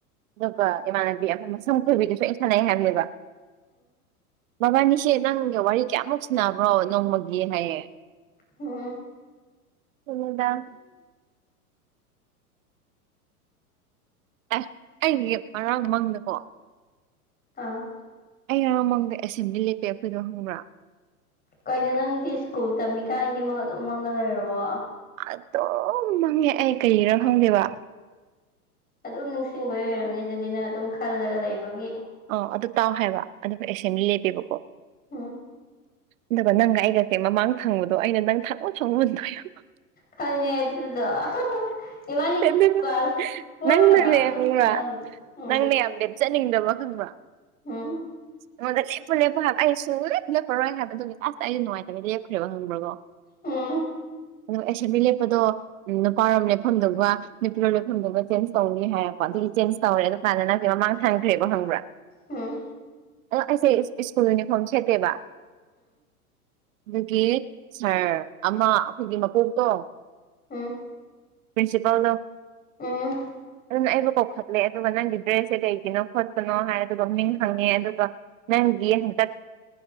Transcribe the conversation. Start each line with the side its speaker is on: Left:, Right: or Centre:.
Right: ꯑꯗꯨꯒ ꯏꯃꯥꯟꯅꯕꯤ ꯑꯃ ꯃꯁꯝ ꯈꯣꯏꯕꯤꯗꯁꯨ ꯑꯩ ꯁꯥꯟꯅꯩ ꯍꯥꯏꯕꯅꯦꯕ ꯃꯕꯥꯅꯤꯁꯦ ꯅꯪꯒ ꯋꯥꯔꯤ ꯀꯌꯥꯃꯨꯛ ꯁꯟꯅꯕ꯭ꯔꯣ ꯅꯣꯡꯃꯒꯤ ꯍꯥꯏꯌꯦ
Left: ꯎꯝ
Right: <unintelligible> ꯑꯦ ꯑꯩꯒꯤ ꯉꯔꯥꯡ ꯃꯪꯗꯀꯣ
Left: ꯑꯥ
Right: ꯑꯩ ꯉꯔꯥꯡ ꯃꯡꯗ ꯑꯦꯁꯦꯝꯕ꯭ꯂꯤ ꯂꯦꯞꯄꯦ ꯑꯩꯈꯣꯏꯗꯣ ꯈꯪꯕ꯭ꯔꯥ
Left: ꯀꯩꯅꯣ ꯅꯪꯗꯤ ꯁ꯭ꯀꯨꯜ ꯇꯝꯃꯤ ꯀꯥꯟꯒꯤ ꯃꯪ ꯑꯗꯨꯝ ꯃꯪꯉ ꯂꯩꯔꯕꯣ
Right: ꯑꯗꯨꯝ ꯃꯪꯉꯦ ꯑꯩ ꯀꯩꯔꯥ ꯈꯪꯗꯦꯕ
Left: ꯑꯗꯨꯝ ꯅꯤꯡꯁꯤꯡꯕꯒꯤ ꯑꯣꯏꯔꯝꯅꯤ ꯑꯗꯨꯗꯤ ꯅꯪ ꯑꯗꯨꯝ ꯈꯜꯂꯒ ꯂꯩꯕꯒꯤ
Right: ꯑ ꯑꯗꯨ ꯇꯥꯎ ꯍꯥꯏꯕ ꯑꯗꯨꯒ ꯑꯦꯁꯦꯝꯕ꯭ꯂꯤ ꯂꯦꯞꯄꯦꯕꯀꯣ
Left: ꯎꯝ
Right: ꯑꯗꯨꯒ ꯅꯪꯒ ꯑꯩꯒꯁꯦ ꯃꯃꯥꯡ ꯊꯪꯕꯗꯣ ꯑꯩꯅ ꯅꯪ ꯊꯪꯉꯣ ꯊꯪꯉꯣꯅ <unintelligible>
Left: ꯈꯪꯉꯦ ꯑꯗꯨꯗꯣ ꯏꯕꯥꯅꯤ
Right: ꯑꯗꯨꯒ
Left: ꯀ꯭ꯂꯥꯁ ꯐꯣꯔꯗꯔ
Right: ꯅꯪꯅꯅꯦ
Left: ꯑꯗꯨꯝ
Right: ꯈꯪꯕ꯭ꯔ
Left: ꯏꯟꯅꯕꯗꯣ ꯎꯝ
Right: ꯅꯪꯅꯦ ꯌꯥꯝ ꯂꯦꯞ ꯆꯅꯤꯡꯗꯕ ꯈꯪꯕ꯭ꯔ
Left: ꯎꯝ
Right: <unintelligible> ꯑꯩꯉꯣꯟꯗ ꯂꯦꯞꯄꯨ ꯂꯦꯞꯄꯨ ꯍꯥꯏꯕ ꯑꯩ ꯁꯨꯡ ꯂꯦꯞ ꯂꯦꯞꯄꯔꯣꯏ ꯍꯥꯏꯕ ꯑꯗꯨꯒꯤ ꯂꯥꯁꯇ ꯑꯩꯁꯨ ꯉꯥꯏꯇꯕꯩ ꯂꯦꯞꯈ꯭ꯔꯦ ꯈꯪꯕ꯭ꯔꯀꯣ
Left: ꯎꯝ
Right: ꯑꯗꯨꯒ ꯑꯦꯁꯦꯝꯕ꯭ꯂꯤ ꯂꯦꯞꯄꯗꯣ ꯅꯨꯄꯥꯔꯣꯝ ꯂꯦꯞꯐꯝꯗꯨꯒ ꯅꯨꯄꯤꯔꯣꯝ ꯂꯦꯞꯐꯝꯗꯨꯒ ꯆꯦꯟꯖ ꯇꯧꯅꯤ ꯍꯥꯏꯔꯛ ꯄ ꯑꯗꯨꯒꯤ ꯆꯦꯟꯖ ꯇꯧꯔꯦ ꯑꯗꯨ ꯀꯥꯟꯗ ꯅꯪꯗꯤ ꯃꯃꯥꯡ ꯊꯪꯈ꯭ꯔꯦꯕ ꯈꯪꯕ꯭ꯔꯥ
Left: ꯎꯝ
Right: ꯑꯗꯣ ꯑꯩꯁꯦ ꯁ꯭ꯀꯨꯜ ꯌꯨꯅꯤꯐꯣꯔꯝ ꯁꯦꯠꯇꯦꯕ ꯑꯗꯨꯒꯤ ꯁꯥꯔ ꯑꯃ ꯑꯩꯈꯣꯏꯒꯤ ꯃꯀꯣꯛꯇꯣ
Left: ꯎꯝ
Right: ꯄ꯭ꯔꯤꯟꯁꯤꯄꯥꯜꯗꯣ
Left: ꯎꯝ
Right: ꯑꯗꯨꯅ ꯑꯩꯕꯨ ꯀꯧꯈꯠ ꯂꯦ ꯑꯗꯨꯒ ꯅꯪꯒꯤ ꯗ꯭ꯔꯦꯁꯁꯦ ꯀꯩꯒꯤꯅꯣ ꯈꯣꯠꯄꯅꯣ ꯍꯥꯏꯔꯦ ꯑꯗꯨꯒ ꯃꯤꯡ ꯍꯪꯉꯦ ꯑꯗꯨꯒ ꯅꯪ <unintelligible> ꯆꯠ